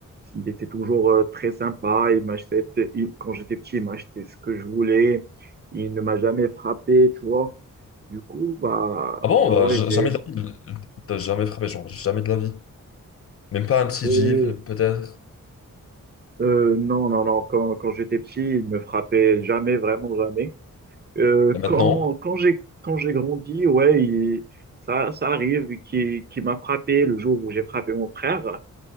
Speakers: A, on the right; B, on the left.
A: il était toujours euh, très sympa, il m'achetait, il- quand j'étais petit, il m'achetait ce que je voulais, il ne m'a jamais frappé, tu vois. Du coup, bah,
B: Ah bon,
A: bah
B: bah,
A: ouais,
B: j-
A: j'ai,
B: jamais de la vie, euh, t'as jamais frappé, genre, jamais de la vie. Même pas un petit
A: euh,
B: gifle, peut-être.
A: Euh, non, non, non. Quand, quand j'étais petit, il me frappait jamais, vraiment jamais. Euh,
B: Et maintenant?
A: quand quand j'ai quand j'ai grandi, ouais, il- ça, ça arrive qui qui m'a frappé le jour où j'ai frappé mon frère.